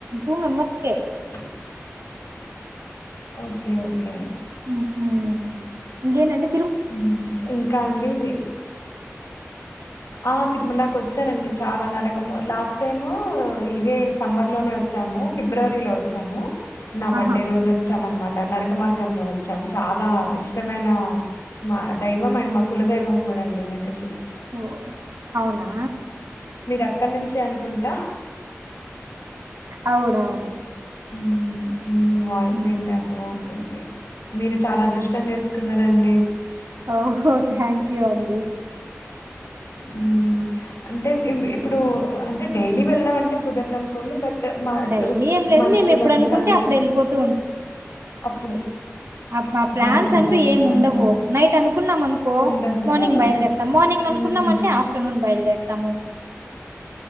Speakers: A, on the right; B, on the left.
A: టూ మెంబర్స్ కే
B: <inaudible> ఓకే ఓకే
A: ఉమ్ ఊ ఇంకేటండీ
B: ఉమ్ ఇంకా అండి మీ ఆ తిరుమలకు వచ్చానండి చాలా నడకము లాస్ట్ టైము ఇదే సమ్మర్ లోనే వచ్చాము ఫిబ్రవరిలో వచ్చాము నా బడ్డే
A: ఆహా!
B: రోజు వచ్చాం అనమాట నడక మార్గంలో వచ్చాం చాలా ఇష్టమైన మా దైవం అండి మా కుల దైవం కూడా అండి వెంకటే
A: ఓ అవునా
B: మీరు అక్కడ్ని నుంచే అనుకుంటా
A: అవునవును
B: హు హూ మ్మ్ వాయిస్
A: హ్మ్.
B: వింటే అర్ధం అవుతుంది మీరు చాలా అదృష్టం చేసుకున్నా రండి
A: ఓహో థ్యాంక్ యూ అండి
B: మ్మ్ హు అంటే ఇప్పుడు అంటే డైలీ వెళ్దం అంటే కుదరదు అనుకోండి బట్ మ
A: డైలీ
B: టూ
A: ఏం లేదు.
B: మంత్లీ
A: మేమెప్పుడనుకుంటే
B: వన్స్ కానీ
A: అప్పుడెళ్ళిపోతూ
B: టు అప్పుడు
A: అబ్బా ప్లాన్స్
B: అసలింత
A: అంటూ
B: అదృష్టం
A: ఏం ఉండవు
B: ఉండాలి మరి
A: నైట్ అనుకున్నాం అనుకో
B: ఉండదు
A: మార్నింగ్
B: అదే
A: బయలుదేరతాం మార్నింగ్
B: హ్మ్
A: అనుకున్నామంటే ఆఫ్టర్నూన్ బయలుదేరతాము